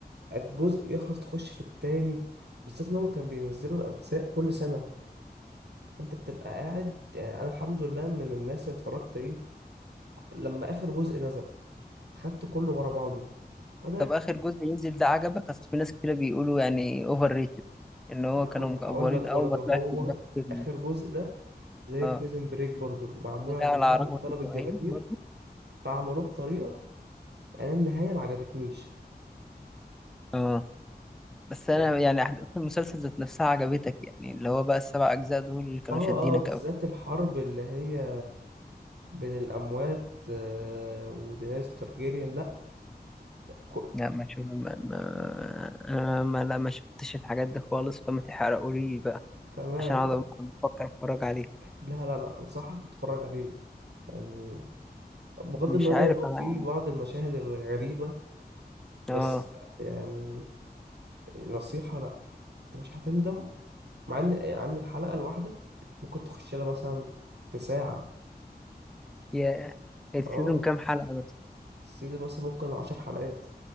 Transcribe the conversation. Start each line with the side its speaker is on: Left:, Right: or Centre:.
Right: الجزء يخلص تخش في التاني بالذات ان هما كانوا بينزلوا الاجزاء كل سنة فانت بتبقى قاعد يعني انا الحمد لله من الناس اللي اتفرجت ايه لما اخر جزء نزل اخدته كله ورا بعضه فانا
Centre: طب اخر جزء ينزل ده عجبك اصل في ناس كتير بيقولوا يعني اوفر ريتد ان هو
Right: ما
Centre: كانوا
Right: كنت
Centre: مكبرين
Right: هقول لك برضه
Centre: قوي ما
Right: هو
Centre: طلعش بنفس
Right: اخر جزء ده زي
Centre: اه
Right: بريزن بريك برضه معمول
Centre: لا
Right: على مدار-
Centre: على رغبة
Right: على طلب
Centre: الجماهير
Right: الجماهير
Centre: برضو
Right: فعملوه بطريقة يعني النهاية ما عجبتنيش
Centre: اه بس انا
Right: يعني
Centre: يعني احداث المسلسل ذات نفسها عجبتك يعني اللي هو بقى السبع اجزاء دول اللي كانوا
Right: اه
Centre: شادينك
Right: اه بالذات
Centre: قوي
Right: الحرب اللي هي بين الأموات آه، ودينيس تارجيريان لأ كو-
Centre: لا ما شو ما... ما... انا ما لا ما شفتش الحاجات دي خالص فما تحرقولي بقى
Right: تمام
Centre: عشان اقعد بفكر اتفرج عليه
Right: لا لا لا أنصحك تتفرج عليه يعني بغض
Centre: مش
Right: النظر
Centre: عارف
Right: إن هو
Centre: انا
Right: فيه بعض المشاهد الغريبة بس
Centre: اه
Right: لأ يعني نصيحة لأ أنت مش هتندم مع إن عن الحلقة الواحدة ممكن تخش لها مثلا في ساعة
Centre: يا السيزون
Right: اه
Centre: كام حلقة مثلا
Right: السيزون مثلا ممكن عشر حلقات